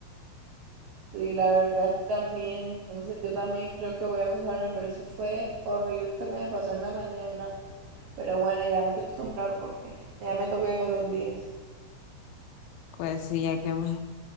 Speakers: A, on the right; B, on the left.
A: Y la verdad es que también, entonces yo también creo que voy a acostarme, pero eso fue horrible eso que me pasó en la mañana. Pero bueno, ya me tengo que acostumbrar porque ya me toqué todos los días.
B: Pues sí, ya que más.